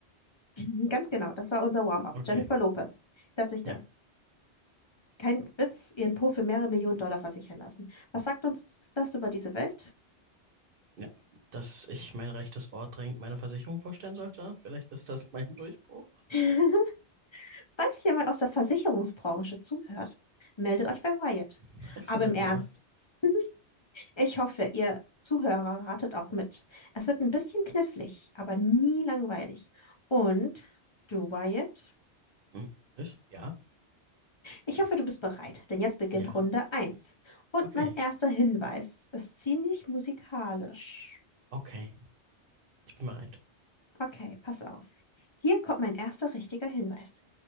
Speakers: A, on the left (about 35°); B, on the right (about 60°).
A: Mhm, Ganz genau, das war unser Warm-up.
B: Okay,
A: Jennifer Lopez. Dass ich das
B: ja,
A: Kein Witz, ihren Po für mehrere Millionen Dollar versichern lassen. Was sagt uns das über diese Welt?
B: ja. Dass ich mein rechtes Ohr dringend meiner Versicherung vorstellen sollte? Vielleicht ist das <laughs> mein Durchbruch?
A: <laughs> Falls jemand aus der Versicherungsbranche zuhört, meldet euch bei Wyatt.
B: <laughs> Für
A: Aber
B: mein
A: im Ernst,
B: Ohr.
A: <laughs> ich hoffe, ihr Zuhörer ratet auch mit. Es wird ein bisschen knifflig, aber nie langweilig. Und du, Wyatt?
B: Hm. Was? Ja?
A: Ich hoffe, du bist bereit, denn jetzt beginnt
B: Ja.
A: Runde eins. Und
B: Okay.
A: mein erster Hinweis ist ziemlich musikalisch.
B: Okay. Ich bin bereit.
A: Okay, pass auf. Hier kommt mein erster richtiger Hinweis.